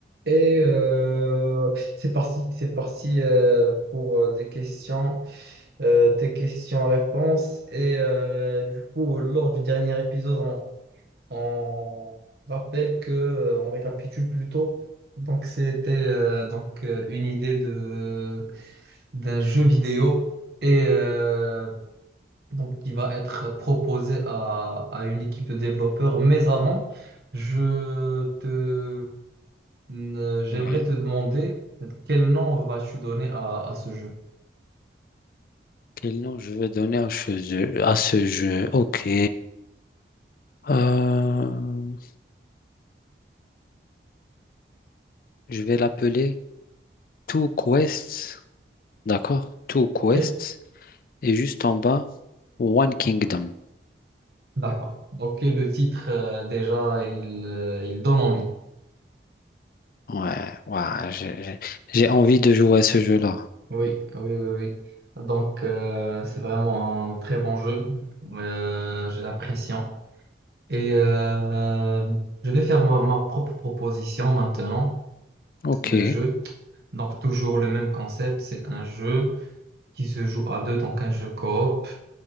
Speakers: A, on the right; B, on the left.
A: Et euh, c'est parti, c'est parti euh, pour euh, des questions, euh, des questions-réponses. Et euh, du coup, lors du dernier épisode, on, on rappelle que, euh, on récapitule plutôt. Donc, c'était euh, donc euh, une idée de d'un jeu vidéo et euh, donc qui va être proposé à, à une équipe de développeurs. Mais avant, je te euh, J'aimerais
B: Oui.
A: te demander quel nom vas-tu donner à, à ce jeu.
B: Quel nom je vais donner à ce jeu? À ce jeu? Ok. Euh, je vais l'appeler Two Quests. D'accord? Two Quests.
A: Ok?
B: Et juste en bas, One Kingdom.
A: D'accord. Ok, le titre, euh, déjà, il, euh, il donne envie.
B: Ouais, ouais, j'ai j'ai- j'ai envie de jouer à ce jeu-là.
A: Oui, oui, oui, oui. Donc, euh, c'est vraiment un très bon jeu. Euh, j'ai l'impression. Et euh, je vais faire ma, ma propre proposition maintenant
B: Ok.
A: de jeu. Donc, toujours le même concept. C'est un jeu qui se joue à deux, donc un jeu coop.